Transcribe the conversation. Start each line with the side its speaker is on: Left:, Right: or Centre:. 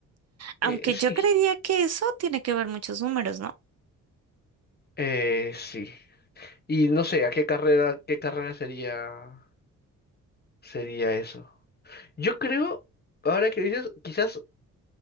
Right: Aunque
Left: Eh, sí,
Right: yo creería que eso tiene que ver muchos números, ¿no?
Left: eh, sí. Y no sé, ¿a qué carrera, qué carrera sería, sería eso? Yo creo, ahora que dices, quizás,